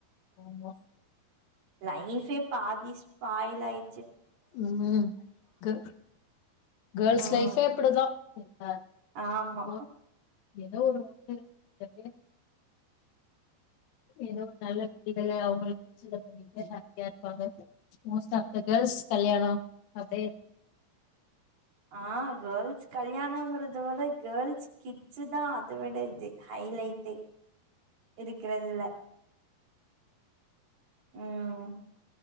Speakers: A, on the left; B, on the right.
A: ஆமா
B: லைஃபே பாதிஸ் ஸ்பாயில் அய்
A: உம் கே கேள்ஸ்
B: ம்
A: லைபே அப்படிதா ம் எல்லாரு
B: ஆமா
A: மோஸ்ட் ஏதோ ஒரு உண்ம இருக்கு <inaudible> ஏதோ நல்ல விதிகள அவங்களுக்கு புடிச்சத பண்ணிட்டு ஹாப்பியா இருப்பாங்க மோஸ்ட் ஆப் த கேள்ஸ் கல்யாணம் அப்படியே
B: ஆ கேல்ஸ் கல்யாணம்ங்கறத விட கேல்ஸ் கிச்சதா அத விட இது ஹைலைட்டே இருக்கறதுல உம்